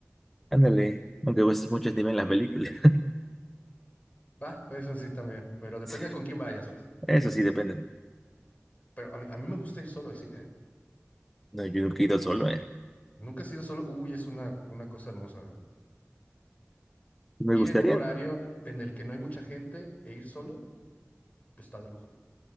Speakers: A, in the centre; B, on the left.
A: Ándale, aunque a veces muchos ni ven las películas.
B: Va, eso sí también. Pero depende
A: <laughs>
B: de con quién vayas, pues.
A: Eso sí depende. ¿no?
B: Pero a mí, a mí me gusta ir solo al cine, ¿eh?
A: No, yo nunca he ido solo, ¿eh?
B: Nunca he sido solo. Uy, es una, una cosa hermosa, güey.
A: Me
B: Ir
A: gustaría,
B: en un horario en el que no hay mucha gente e ir solo, pues, está de lujo.